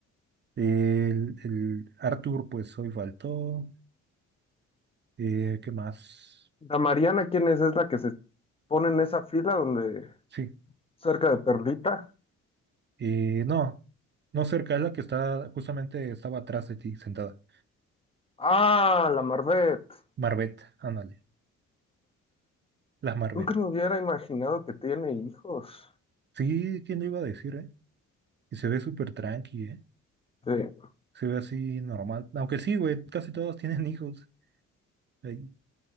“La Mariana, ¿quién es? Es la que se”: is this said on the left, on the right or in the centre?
Left